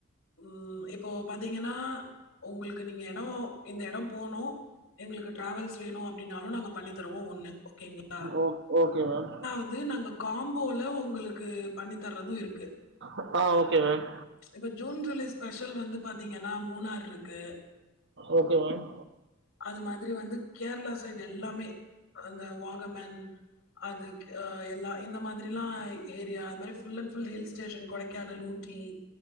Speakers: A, on the left; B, on the right.
A: ம் இப்போ பாத்தீங்கனா உங்களுக்கு நீங்க எடம் இந்த எடம் போனோ எங்களுக்கு ட்ராவல்ஸ் வேணு அப்படின்னாலூ நாங்க பண்ணி தருவோ ஒன்னூ ஓக்கேங்ளா
B: ஓ ஓகே மேம்
A: இதூ நாங்க காம்போவ்ல உங்களுக்கு பண்ணி தர்றதூம் இருக்கு
B: அப்னா ஓகே மேம்
A: இப்ப ஜூன் ஜூலை ஸ்பெஷல் வந்து பாத்தீங்கன்னா மூணாருக்கு
B: ஓகே மேம்
A: அது மாதிரி வந்து கேரளா சைடு எல்லாமே அந்த வாகமேன் அது க்கு ஆ எல்லா இந்த மாதிரில்லா ஏரியா அது மாரி full and full hills station Kodaikanal, Ooty